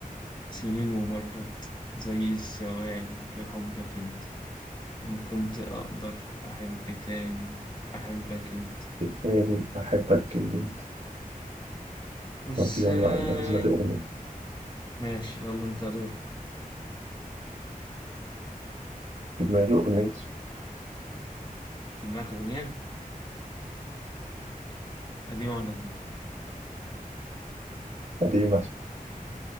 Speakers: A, on the left (about 30°); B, on the right (about 50°).
A: سنين ومرت زي الثواني في حبك أنت إن كنت أقدر أحب تاني أحبك أنت
B: تاني أحبك جدا
A: وإزاي
B: طب يلا أنا في دماغي أغنية
A: ماشي يلا أنت دورك
B: في دماغي أغنية
A: في دماغك أغنية قديمة ولا جديدة؟
B: قديمة